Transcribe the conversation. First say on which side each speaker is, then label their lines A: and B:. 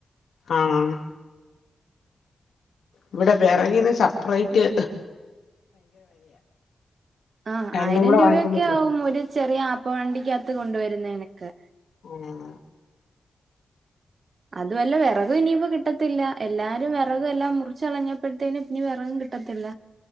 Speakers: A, on the left; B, on the right.
A: ആഹ് ഇവിടെ വെറകിന് സപ്പ്റേറ്റ്
B: ആഹ്
A: രണ്ടും
B: ആയിരം
A: കൂടെ
B: രൂപയൊക്കെ
A: വാങ്ങിക്കുമ്പോഴത്തേ
B: ആവും ഒരു ചെറിയ ആപ്പ വണ്ടിക്കാത്ത് കൊണ്ടുവരുന്നേനക്കെ
A: ഉം
B: അതുമല്ല വെറകു ഇനിയിപ്പോ കിട്ടത്തില്ല എല്ലാരും വെറക് എല്ലാം മുറിച്ചളഞ്ഞപ്പോഴത്തേന് ന്ന വെറ വിട്ടത്തില്ല